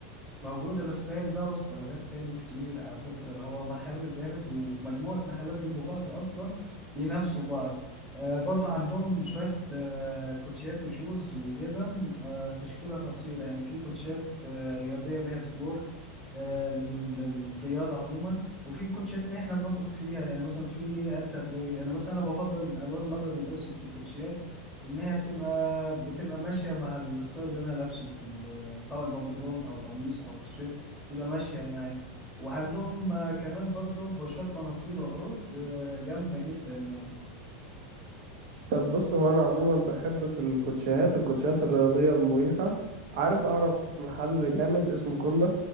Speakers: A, in the centre; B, on the right.
A: موجود الستايل ده وستايلات تاني كتير على فكرة هو محل جامد ومجموعة محلات جنب بعض أصلا بينافسوا بعض آه برضو عندهم شوية آه كوتشيات وشوز وجزم آه تشكيلة خطيرة يعني في كوتشيات آه رياضية اللي هي سبور آه لل- للرياضة عموما وفي كوتشيات اللي احنا بنخرج فيها يعني مثلا في انت ب... يعني مثلا انا بفضل الالوان الابيض والاسود في الكوتشيات لان هي بتبقى بتبقى ماشية مع الستايل اللي انا لابسه في سواء البنطلون او القميص او التيشيرت تبقى ماشيه معاك وعندهم آه، كمان برضو بوشات بناطيل وعروض آه، جامده جدا يعني
B: طب بص هو انا عموما بحب في الكوتشيهات الكوتشيهات الرياضيه المريحه عارف اعرف محل جامد اسمه كوندا